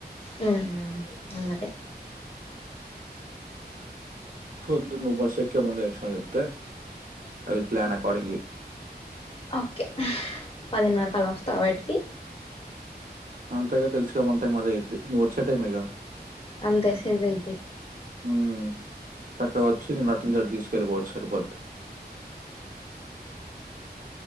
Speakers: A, on the left; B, on the right.
A: హ్మ్ హు ఉన్నదే
B: పొద్దునా నువ్వు బస్ ఎక్కే ముందే <unintelligible> చెప్తే I will plan accordingly
A: okay పదిను వరకలా వస్తా బయటికి
B: అంతేగా తెలుసుగా ఉంటాయి అదే ఇది ను వచ్చే టైమే గద
A: అంతే సరిపోయిద్ది
B: మ్మ్ చక్కగా వచ్చి నేను అటు నుండి అటు తీసుకెళ్ళిపోవచ్చు సరిపొద్ది